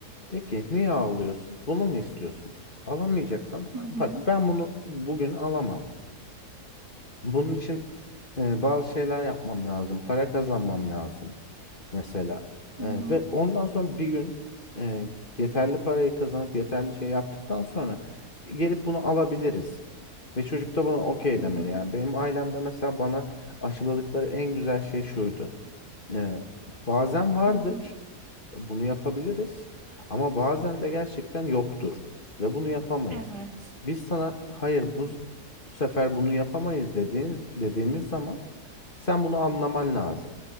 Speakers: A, on the left; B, on the right.
A: De ki niye ağlıyorsun? Bunu mu istiyorsun? Alamayacaksan
B: Hı hı,
A: bak ben bunu bugün alamam. Bunun için e, bazı şeyler yapmam lazım. Para kazanmam lazım mesela.
B: hı
A: E,
B: hı,
A: ve ondan sonra bir gün e, yeterli parayı kazanıp yeterli şey yaptıktan sonra gelip bunu alabiliriz. Ve çocuk da buna okey
B: hı
A: demeli.
B: hı,
A: Yani benim ailemde mesela bana aşıladıkları en güzel şey şuydu. E, bazen vardır.
B: hı hı.
A: Bunu yapabiliriz ama bazen de gerçekten yoktur ve bunu yapamayız.
B: Evet.
A: Biz sana hayır bu sefer bunu yapamayız dediğiniz, dediğimiz zaman sen bunu anlaman lazım.